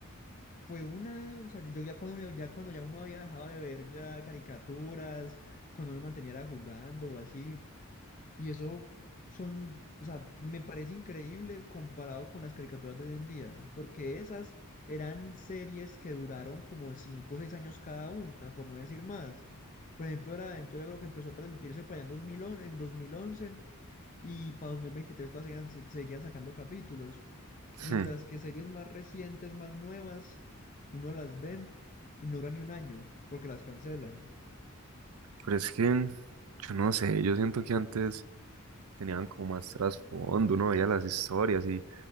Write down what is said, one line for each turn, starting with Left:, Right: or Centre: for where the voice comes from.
Left: fue una, o sea, yo, yo ya cuando, uno- ya cuando ya uno había dejado de ver ya caricaturas, cuando uno mantenía era jugando o así, y eso son, o sea, me parece increíble comparado con las caricaturas de hoy en día, porque esas eran series que duraron como 5 o 6 años cada una, por no decir más. Por ejemplo, era, entonces yo creo que empezó a transmitirse para allá en 2011, en 2011 y para 2023 todavía seguían, se- seguían sacando capítulos. Mientras
Right: Hmm.
Left: que series más recientes, más nuevas, uno las ve y no dura ni un año, porque las cancelan.
Right: Pero es que yo no sé, yo siento que antes tenían como más trasfondo, uno veía las historias y,